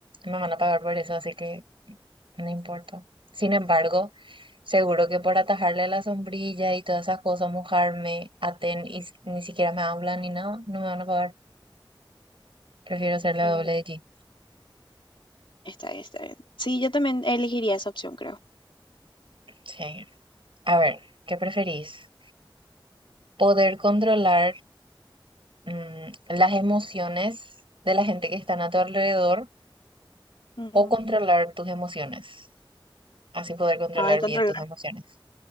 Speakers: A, on the right; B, on the left.
A: me van a pagar por eso, así que no importa. Sin embargo, seguro que por atajarle la sombrilla y todas esas cosas, mojarme a Ten y s- ni siquiera me hablan ni nada, no me van a pagar. Prefiero ser la
B: Mm,
A: doble de Jean.
B: Está bien, está bien. Sí, yo también elegiría esa opción, creo.
A: Sí. A ver, ¿qué preferís? ¿Poder controlar mm, las emociones de la gente que están a tu alrededor
B: Ujú.
A: o controlar tus emociones. Así poder controlar
B: Ay, controlar.
A: bien tus emociones.